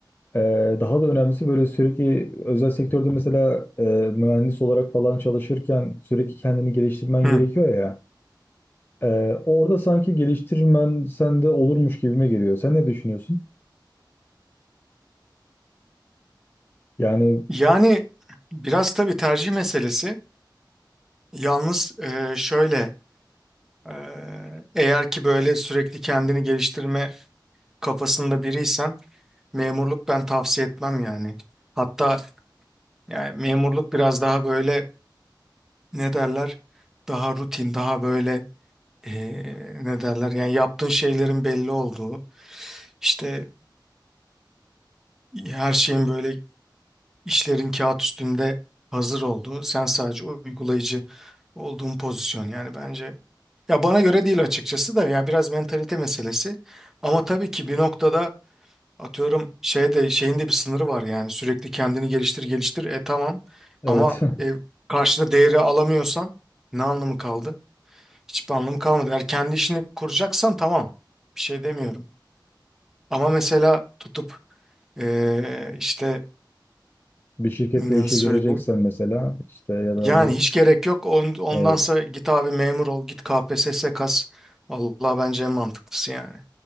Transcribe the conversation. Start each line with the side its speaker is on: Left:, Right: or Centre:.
Left: ee, daha da önemlisi böyle sürekli özel sektörde mesela e, mühendis olarak falan çalışırken sürekli kendini geliştirmen
Centre: Hı.
Left: gerekiyor ya. Ee, orada sanki geliştirmen sende olurmuş gibime geliyor. Sen ne düşünüyorsun? Yani
Centre: Yani biraz tabii tercih meselesi. Yalnız e, şöyle e, eğer ki böyle sürekli kendini geliştirme kafasında biriysen memurluk ben tavsiye etmem yani. Hatta yani memurluk biraz daha böyle ne derler daha rutin daha böyle e, ne derler yani yaptığın şeylerin belli olduğu işte her şeyin böyle İşlerin kağıt üstünde hazır olduğu, sen sadece uygulayıcı olduğun pozisyon yani bence. Ya bana göre değil açıkçası da ya biraz mentalite meselesi. Ama tabii ki bir noktada atıyorum şeyde şeyin de bir sınırı var yani sürekli kendini geliştir geliştir e tamam
Left: evet
Centre: ama e, karşına değeri alamıyorsan ne anlamı kaldı? Hiçbir anlamı kalmadı. Eğer kendi işini kuracaksan tamam bir şey demiyorum. Ama mesela tutup e, işte
Left: <laughs> bir şirketle
Centre: nasıl
Left: işe gireceksen
Centre: söyleyeyim?
Left: mesela işte ya da
Centre: Yani
Left: bir
Centre: hiç gerek yok. On- Ondansa
Left: evet.
Centre: git abi memur ol. Git KPSS kas. Vallahi bence en mantıklısı yani.